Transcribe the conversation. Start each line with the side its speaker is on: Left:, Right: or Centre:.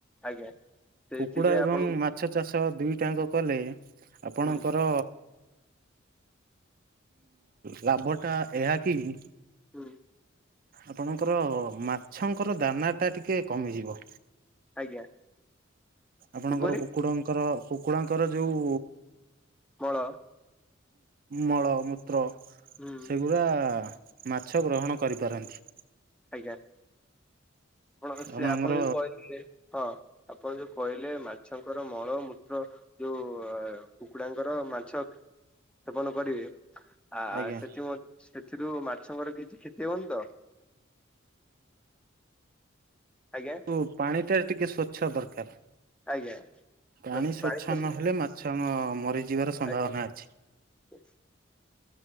Centre: ଆଜ୍ଞା। ସେଇଥିପାଇଁ
Right: କୁକୁଡ଼ା ଏବଂ
Centre: ଆପଣଙ୍କୁ
Right: ମାଛ ଚାଷ ଦୁଇଟା ଆଙ୍କ କଲେ ଆପଣଙ୍କର
Centre: ହୁଁ
Right: ର ଲାଭ ଟା ଏହା କି-
Centre: ହୁଁ
Right: ଆପଣଙ୍କର ମାଛଙ୍କର ଦାନା ଟା ଟିକେ କମିଯିବ।
Centre: ଆଜ୍ଞା
Right: ଆପଣଙ୍କର
Centre: କିପରି
Right: କୁକୁଡଙ୍କର, କୁକୁଡାଙ୍କର ଯୋଉ
Centre: ମଳ
Right: ମଳ, ମୂତ୍ର
Centre: ହୁଁ
Right: ପୁରା ମାଛ ଗ୍ରହଣ କରିପାରନ୍ତି।
Centre: ଆଜ୍ଞା। ଆପଣଙ୍କର ସିଏ
Right: ଆପଣଙ୍କର
Centre: ଆପଣ ଯୋଉ କିହିଲେ ହଁ, ଆପଣ ଯୋଉ କହିଲେ ମାଛ ଙ୍କର ମଳ, ମୂତ୍ର ଯୋଉ ଅ କୁକୁଡାଙ୍କର ମାଛ ସେବନ କରିବେ ଆ
Right: ଆଜ୍ଞା
Centre: ସେଥିଉ ସେଥିରୁ ମାଛଙ୍କର କିଛି କ୍ଷତି ହେବନି ତ? ଆଜ୍ଞା
Right: ଉ ପାଣି ଟା ଟିକେ ସ୍ଵଚ୍ଛ ଦରକାର।
Centre: ଆଜ୍ଞା
Right: ପାଣି
Centre: ପ୍ରାୟ
Right: ସ୍ୱଚ୍ଛ
Centre: ତ
Right: ନହେଲେ, ମାଛ ମ ମରିଯିବାର ସମ୍ଭାବନା
Centre: ଆଜ୍ଞା
Right: ଅଛି।
Centre: <inaudible>